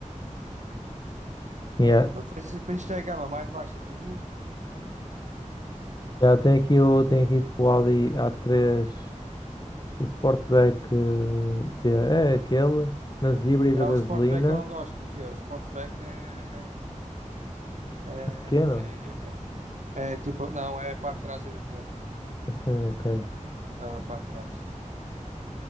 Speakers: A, on the left; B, on the right.
A: Yeah.
B: Aí, mas pois- pois isto é a gama mais baixa que existe.
A: Yeah, tem aqui o, tem aqui tipo, o Audi a três Sportback, eh, T- é aquele, mas híbrido
B: E
A: a
B: há
A: gasolina,
B: o Sportback que eu não gosto, porque o Sportback é. É,
A: pequeno.
B: é é, tipo, não, é a parte de trás é diferente.
A: Assim, ok.
B: A parte de trás.